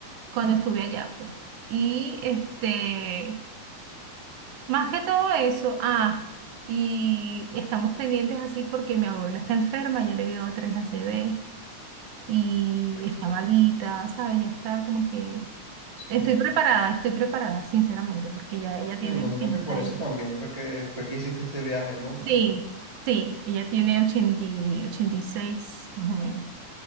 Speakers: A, on the right; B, on the right.
A: cuando estuve allá, pues. Y este, más que todo eso, ah, y estamos pendientes así porque mi abuela está enferma, ya le dio tres a C ACV y
B: Sí.
A: está malita, ¿sabes? Ya está como que...
B: Sí.
A: Estoy preparada, estoy preparada, sinceramente, porque ya ella tiene
B: Me imagino
A: 80
B: que por eso
A: y-
B: también fue que fue que hiciste este viaje, ¿no?
A: Sí,
B: Para,
A: sí, ella tiene 80 y 86 más o menos.